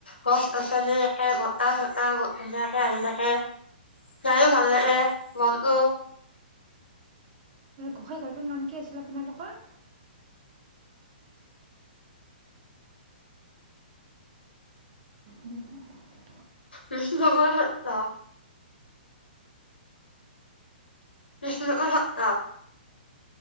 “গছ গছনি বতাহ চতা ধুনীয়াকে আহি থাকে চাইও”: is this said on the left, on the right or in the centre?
Left